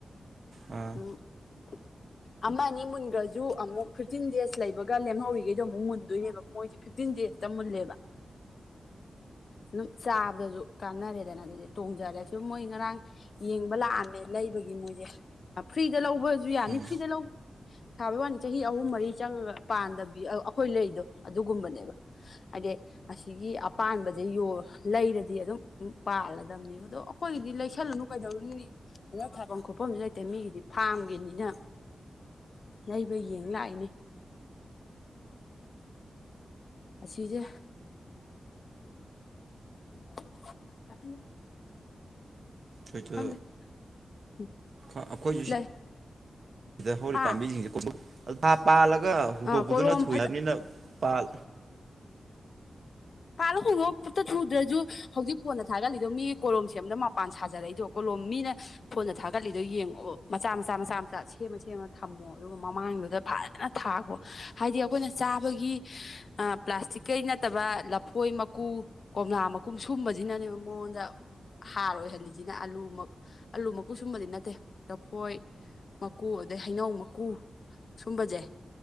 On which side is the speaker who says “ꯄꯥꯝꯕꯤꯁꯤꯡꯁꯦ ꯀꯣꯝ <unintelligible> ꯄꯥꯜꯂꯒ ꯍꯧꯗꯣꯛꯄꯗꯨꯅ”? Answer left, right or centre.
Right